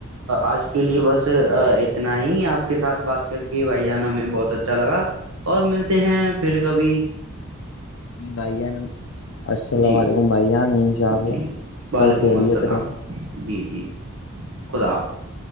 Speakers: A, on the right; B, on the left.
A: آج کے لیے بس اتنا ہی آپ کے ساتھ بات کر کے بھائی جانا میں بہت اچھا لگا اور ملتے ہیں پھر کبھی
B: بھائیان السلام
A: جی
B: علیکم بھائیان انشاء اللہ
A: جی وعلیکم
B: سب خیریت
A: السلام
B: رہے
A: جی جی خدا حافظ